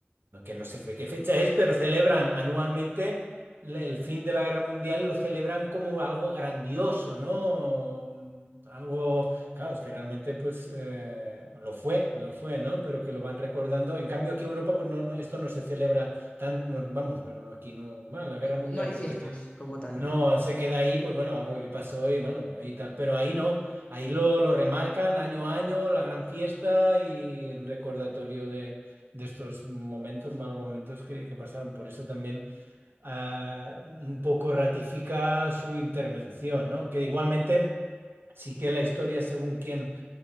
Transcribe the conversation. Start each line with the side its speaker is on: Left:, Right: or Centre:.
Right: no- que no sé fe- qué fecha es, pero celebran anualmente le- el fin de la Guerra Mundial, lo celebran como algo grandioso, ¿no? Mm, Algo, claro, es que realmente pues eh, lo fue, lo fue, ¿no? Pero que lo van recordando. En cambio aquí en Europa pues no, no, esto no se celebra tan, no, vamos, no, no, aquí no, bueno, la Guerra
Left: N-
Right: Mundial
Left: No hay
Right: pues
Left: fiestas
Right: te queda,
Left: como tal,
Right: no se queda ahí, pues bueno, algo que pasó y bueno, ahí tal, pero ahí no. Ahí lo, lo remarcan año a año, la gran fiesta y el recordatorio de estos momentos, malos momentos que, que pasaron. Por eso también ah, un poco ratifica su intervención, ¿no? Que igualmente sí que la historia, según quién